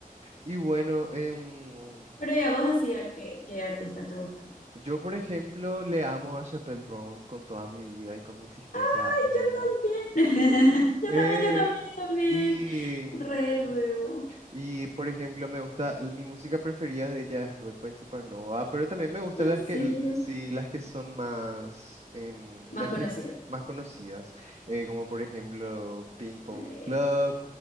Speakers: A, on the right; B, on the left.
A: Y bueno, em,
B: Pero ya vos hacía qué, qué artistas te gustan?
A: yo por ejemplo le amo a Chappell Brown con toda mi vida y con mi existencia.
B: ¡Ay,
A: Mm,
B: yo también! <laughs> Yo
A: eh,
B: también, yo también, yo también.
A: y, mm,
B: Re luego.
A: y por ejemplo me gusta, mi música preferida de ella es Red Wine Supernova, pero también me gustan
B: En
A: las
B: serio.
A: que, l- sí, las que son más, em,
B: Más
A: las
B: conocidos.
A: que más conocidas, eh, como por ejemplo Pink Pony
B: Eh,
A: Club